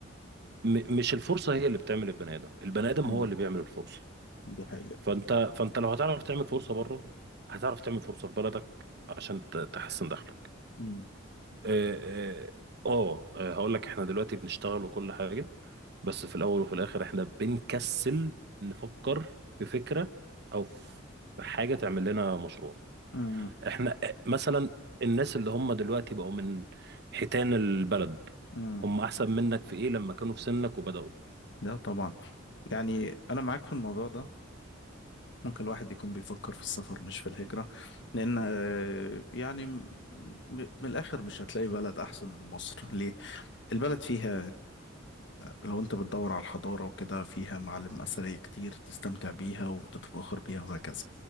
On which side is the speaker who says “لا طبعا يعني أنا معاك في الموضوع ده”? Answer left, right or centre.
Left